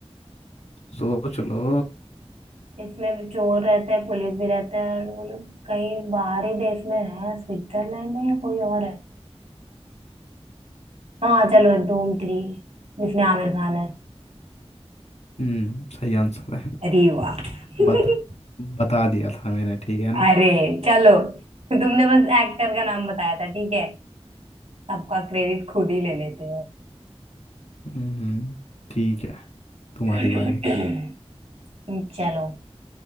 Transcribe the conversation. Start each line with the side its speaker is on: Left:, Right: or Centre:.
Left: सोच लो
Right: इसमें भी चोर रहते हैं पुलिस भी रहते हैं और वो लोग कहीं बाहरी देश में है स्विट्जरलैंड है या कोई और है हाँ चलो धूम थ्री जिसमें आमिर खान है
Left: हम्म सही आंसर है
Right: अरे वाह <laughs>
Left: बता बता दिया था मैंने ठीक है ना
Right: अरे चलो तो तुमने बस एक्टर का नाम बताया था ठीक है सबका क्रेडिट खुद ही ले लेते हो
Left: हम्म ठीक है तुम्हारी
Right: <clears throat>
Left: बारी
Right: चलो